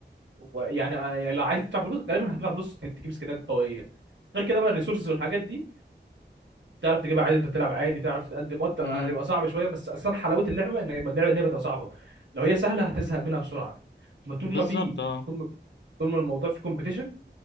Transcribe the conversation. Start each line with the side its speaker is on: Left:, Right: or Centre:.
Right: و... يعني آه، لو عايز تدفع فلوس غالبا هتدفع فلوس ت- تجيب سكنات قويه غير كده بقى الريسورسز والحاجات دي تعرف تجيبها عادي وانت بتلعب عادي تعرف تتقدم اه
Left: امم
Right: هتبقى صعب شويه بس اصلا حلاوه اللعبه ان يبقى اللعبه ان هي بتبقى صعبه لو هي سهله هتزهق منها بسرعه ما طول
Left: بالظبط
Right: ما في
Left: اه
Right: طول ما طول ما الموضوع فيه كومبيتيشن